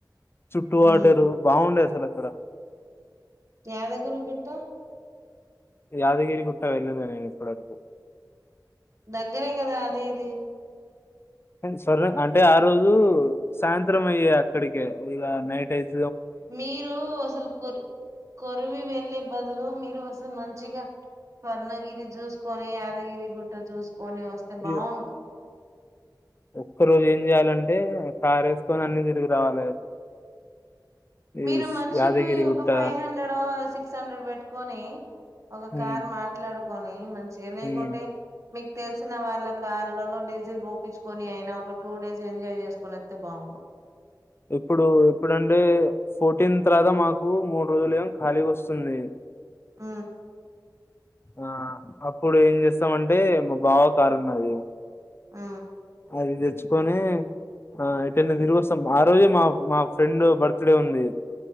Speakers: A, on the left; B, on the right.
A: చుట్టూ వాటరు
B: ఉమ్
A: బాగుండే అసలు కరా
B: యాద గిరీ గుట్టా
A: యాదగిరి గుట్ట వెళ్లలే నేను ఇప్పటివరకూ
B: దగ్గరే కదా అదీ ఇదీ
A: స్వర్ణ అంటే ఆ రోజు సాయంత్రం అయ్యే అక్కడికే ఇక నైట్ అయితే
B: మీరూ అసలు కోరి కొరివి వెళ్ళే బదులు మీ కోసం మంచిగా స్వర్ణగిరి చూసుకొని యాదగిరి గుట్ట చూసుకో కొని వస్తే
A: ఇది
B: బాగుండు
A: ఒక్క రోజు ఏం చేయాలంటే కారు యేసుకొని అన్ని తిరిగి రావాలి ఈ
B: మీరు మనిషికి
A: యాదగిరి
B: ఒక
A: గుట్ట
B: ఫైవ్ హండ్రెడో సిక్స్ సిక్స్ హండ్రెడ్ పెట్టుకొనీ ఒక కార్
A: ఉమ్
B: మాట్లాడు వనే మం చిగా లేకుంటే
A: ఉమ్
B: మీకు తెలిసిన వాళ్ళ కార్లలో డీజిల్ పోపించుకొని అయినా ఒక టూ డేస్ ఎంజాయ్ చేసుకుని వస్తే బాగుండు
A: ఎప్పుడు ఎప్పుడంటే ఫోర్టీన్ తర్వాత మాకు మూడు రోజులు ఏమో ఖాళీగా వస్తుంది
B: ఆ
A: ఆ అప్పుడు ఏం చేస్తామంటే మా బావ కారు ఉన్నది
B: ఆ
A: అది తెచ్చుకొని ఆ యేటైనా తిరిగొస్తాం ఆ రోజే మా మా ఫ్రెండ్ బర్త్డే ఉంది